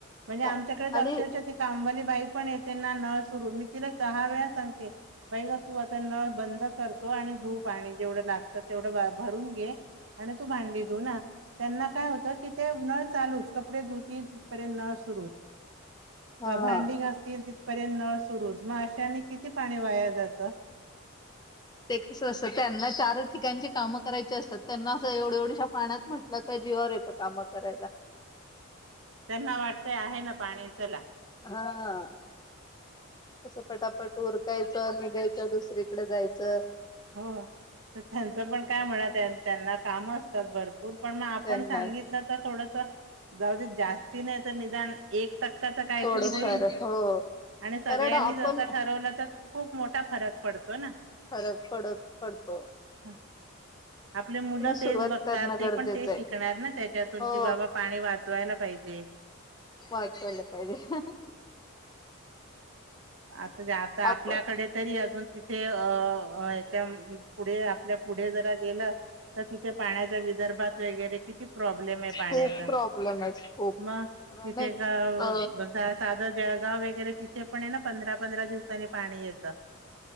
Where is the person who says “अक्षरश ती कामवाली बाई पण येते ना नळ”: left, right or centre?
Right